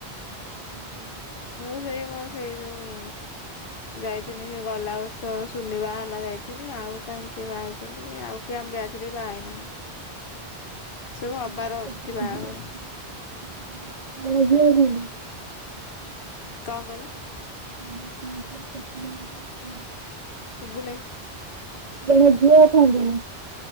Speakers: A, on the right; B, on the left.
A: ହୁଁ।
B: ମୁଁ ସେଇ ମୋ ସେଇ ଯୋଉ ଯାଇଥିନି ସେ ଗଲା ବର୍ଷ ଶୁନି ବାହା ହେଲା ଯାଇଥିନି ଆଉ କାଇଁ କିଏ ବାହା ହେଇଛନ୍ତି କି ଆଉ କିଏ ଆମ ବ୍ୟାଚରେ ହିଁ ବାହା ହେଇନାହାନ୍ତି ସବୁ ହବାର
A: ଜଣ
B: ଅଛି ବାହାଘର।
A: ଝିଅ ଅଛନ୍ତି? <unintelligible>
B: କଁ କଇଲ।
A: <unintelligible>
B: ଶୁବୁନେଇ।
A: ମୁଁ କଇଲି ଝିଅ ଅଛନ୍ତି ନା।